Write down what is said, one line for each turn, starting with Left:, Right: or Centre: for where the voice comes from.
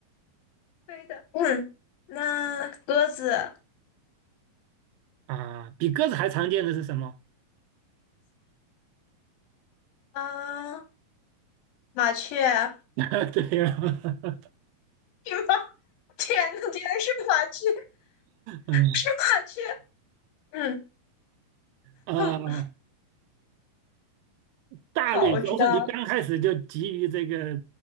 Left: 对的。嗯，那鸽子，
Right: 啊，比鸽子还常见的是什么？
Left: 啊，麻雀，
Right: <laughs> 对呀，<laughs>
Left: 对吗天呐，竟然是麻雀，
Right: 嗯，
Left: 是麻雀。嗯，
Right: 呃，
Left: 哼
Right: 大类都是你刚开始就急于这个
Left: 好，我知道了。